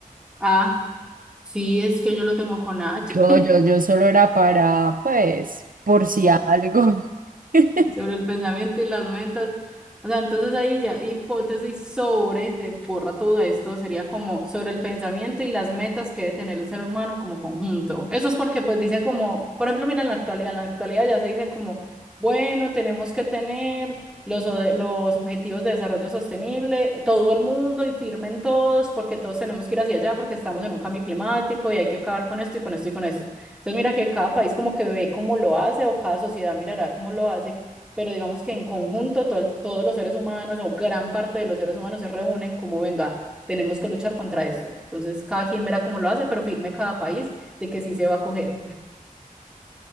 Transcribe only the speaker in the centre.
ah, Sí, es que yo lo tengo con H.
sobre el pensamiento y las metas. O sea, entonces ahí ya hipótesis sobre, se borra todo esto, sería como sobre el pensamiento y las metas que debe tener el ser humano como conjunto. Eso es porque pues dice como, por ejemplo, mira en la actualidad, en la actualidad ya se dice como, bueno, tenemos que tener los, o- los objetivos de desarrollo sostenible, todo el mundo y firmen todos porque todos tenemos que ir hacia allá porque estamos en un cambio climático y hay que acabar con esto y con esto y con esto. Entonces mira que cada país como que ve cómo lo hace o cada sociedad mirará cómo lo hace pero digamos que en conjunto todo el- todos los seres humanos o gran parte de los seres humanos se reúnen como, venga, tenemos que luchar contra esto. Entonces, cada quien verá cómo lo hace, pero firme cada país de que sí se va a coger.